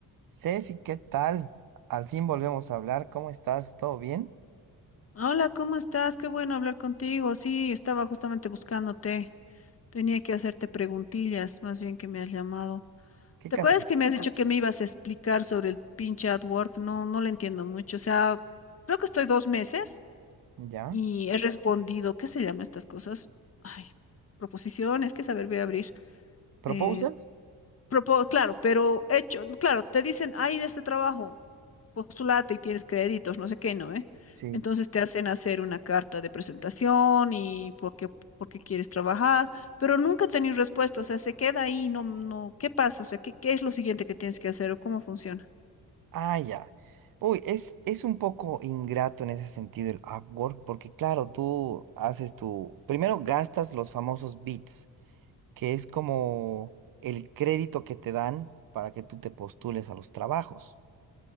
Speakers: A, on the right (about 60°); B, on the left (about 40°).
A: Ceci, ¿qué tal? Al fin volvemos a hablar. ¿Cómo estás? ¿Todo bien?
B: Hola, ¿cómo estás? Qué bueno hablar contigo. Sí, estaba justamente buscándote. Tenía que hacerte preguntillas, más bien que me has llamado.
A: ¿Qué
B: ¿Te
A: caso?
B: acuerdas que me has dicho que me ibas a explicar sobre el pinche AdWork? No, no lo entiendo mucho. O sea, creo que estoy dos meses
A: ¿Ya?
B: y he respondido, ¿qué se llaman estas cosas? Ay, proposiciones, ¿Qué saber voy a abrir.
A: ¿Proposals?
B: eh, propo- claro, pero hecho, claro, te dicen, hay de este trabajo, postulate y tienes créditos, no sé qué, ¿no? ¿Eh?
A: Sí.
B: Entonces te hacen hacer una carta de presentación y por qué, por qué quieres trabajar, pero nunca tenés respuesta, o sea, se queda ahí, no, no, ¿qué pasa? O sea, ¿qué, qué es lo siguiente que tienes que hacer o cómo funciona?
A: Ah, ya. Uy, es, es un poco ingrato en ese sentido el Upwork, porque claro, tú haces tu... Primero gastas los famosos bits, que es como el crédito que te dan para que tú te postules a los trabajos.